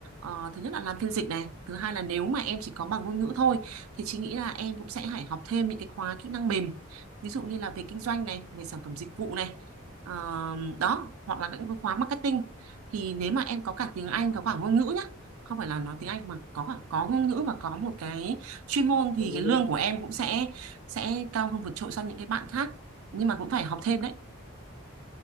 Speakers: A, on the right; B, on the left.
A: Ờ, thứ nhất là làm phiên dịch này thứ hai là nếu mà em chỉ có bằng ngôn ngữ thôi thì chị nghĩ là em cũng sẽ phải học thêm những cái khóa kỹ năng mềm ví dụ như là về kinh doanh này về sản phẩm dịch vụ này Ờ, đó hoặc là những cái khóa marketing thì nếu mà em có cả tiếng Anh
B: và,
A: có cả ngôn ngữ nhá không phải là nói tiếng Anh mà có cả có ngôn ngữ và có một cái chuyên môn
B: và
A: thì
B: có ngôn
A: cái lương
B: ngữ
A: của em
B: Dạ.
A: cũng sẽ sẽ cao hơn vượt trội so với những cái bạn khác nhưng mà cũng phải học thêm đấy